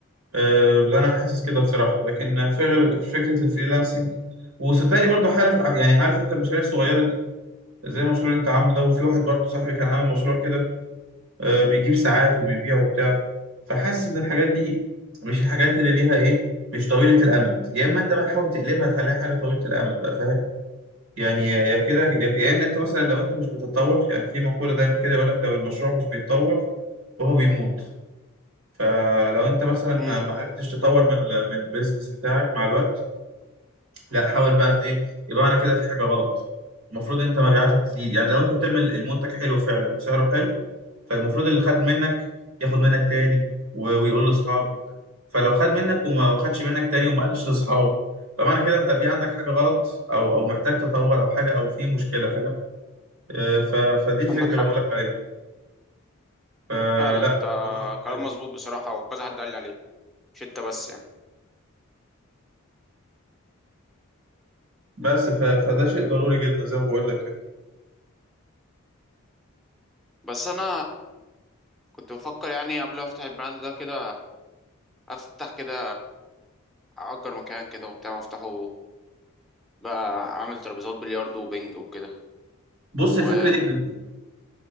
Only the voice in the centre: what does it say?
امم
عندك حق
فعلا انت
كلام
مظبوط بصراحة وكذا حد قال لي عليه مش انت بس يعني
بس انا كنت بفكر يعني قبل ما افتح البراند ده كده افتح كده اجر مكان كده وبتاع وافتحه بقى اعمل ترابيزات بلياردو وبنج وكده
و